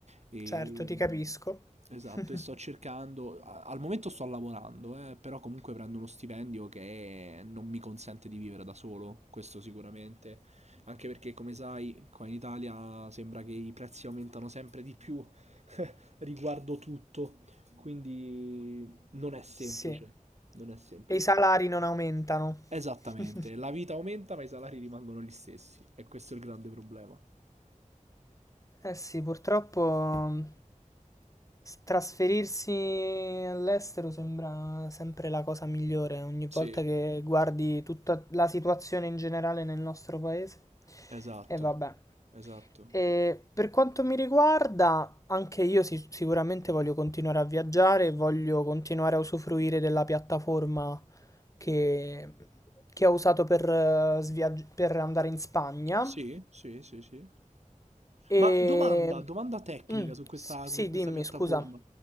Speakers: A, on the right (about 55°); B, on the left (about 25°).
A: E,
B: certo, ti capisco.
A: esatto,
B: <laughs>
A: e sto cercando, a- al momento sto lavorando, eh, però comunque prendo uno stipendio che non mi consente di vivere da solo, questo sicuramente. Anche perché, come sai, qua in Italia sembra che i prezzi aumentano sempre di più <laughs> riguardo tutto, quindi non è semplice,
B: Sì.
A: non è semplice.
B: E i salari non aumentano.
A: Esattamente,
B: <laughs>
A: la vita aumenta ma i salari rimangono gli stessi e questo è il grande problema.
B: Eh sì, purtroppo mm, s- trasferirsi all'estero sembra sempre la cosa migliore. Ogni
A: Sì.
B: volta che guardi tutta la situazione in generale nel nostro paese.
A: Esatto,
B: E vabbè.
A: esatto.
B: E per quanto mi riguarda, anche io si- sicuramente voglio continuare a viaggiare, e voglio continuare a usufruire della piattaforma che, che ho usato per eh, sviaggi- per andare in Spagna.
A: Sì, sì, sì, sì.
B: E...
A: Ma domanda, domanda tecnica
B: mm,
A: su questa,
B: s- sì,
A: su questa
B: dimmi,
A: piattaforma.
B: scusa.